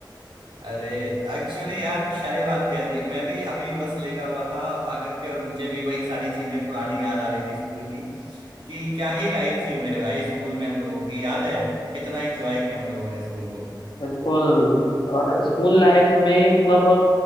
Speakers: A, on the right (about 80°); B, on the left (about 80°).
A: अरे एक्चुअली यार क्या ही बात कर दी मैं भी अभी बस लेटा हुआ था आकर के और मुझे भी वही सारी चीजें पुरानी याद आ रही थी स्कूल की कि क्या ही लाइफ थी मेरे भाई स्कूल में हम लोगों की याद है कितना एंजॉय किया हम लोगों ने स्कूल को
B: बिल्कुल और स्कूल लाइफ में ही मतलब